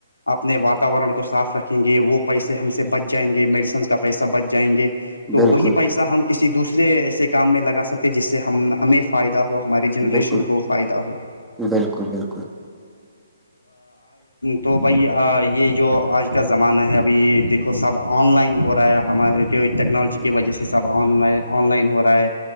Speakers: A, on the left (about 75°); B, in the centre.
A: اپنے واتاورن کو صاف رکھیں گے وہ پیسے ہم سے بچ جائیں گے میڈیس کا پیسہ بچ جائیں گے تو
B: بالکل
A: وہی پیسہ ہم کسی دوسرے ایسے کام میں لگا سکتے تھے جس سے ہم ہمیں فائدہ ہو ہماری جنریشن
B: بالکل
A: کو فائدہ ہو
B: بالکل بالکل
A: تو بھائی یہ جو آج کا زمانہ ہے ابھی دیکھو تو سب آن لائن ہو رہا ہے ہمارے جو ٹیکنالوجی کی وجہ سے سب آن لائن آن لائن ہو رہا ہے